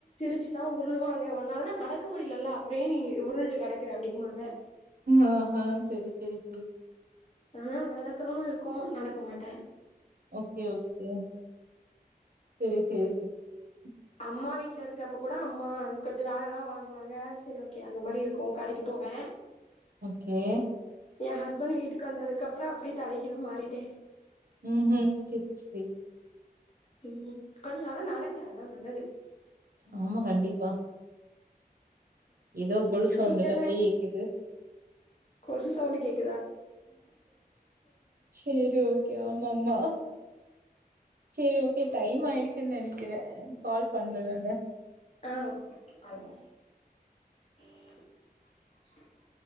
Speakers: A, on the left; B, on the right.
A: ச்சி தான் உருளுவாங்க உன்னால நடக் நடக்க முடிலல்ல அப்புறோம் ஏன் நீ உருண்டுட்டு கிடக்கற அப்டிங்குவாங்க
B: ஆஹ் ஆஹ் செரி செரி செரி
A: ஆனா நடக்கணும்னு இருக்கூம் நடக்க மாட்டன்
B: ஓக்கே ஓக்கே செரி செரி <unintelligible>
A: அம்மா வீட்ல இருக் இந்தா இப்ப கூட அம்மா கொஞ்சம் வேலைலா வாங்குவாங்க சரி ஓகே அந்த மாரி இருக்கோ கடைக்கு போவே
B: கே
A: என் ஹஸ்பண்ட் வீட்டுக்கு வந்ததுக்கு அப் அப்புறம் அப்படியே தலைகில மாறிட்டேன்
B: ம் ம் செரி செரி
A: ம் கொஞ்ச நல்லா நடங்க அதா நல்லது
B: ஆமா கண்டிப்பா ஏதோ கொலூசு சவுண்டெலா
A: ஃபுட்
B: கேக்குது
A: கொலூசு சவுண்டு கேக்
B: சேரி ஓகே ஆமா ஆமா சேரி ஓகே டைம் ஆயிடுச்சுன்னு நெனைக்குறே கால் பண்ற நானு
A: ஆ ஓகே ஓகே <unintelligible>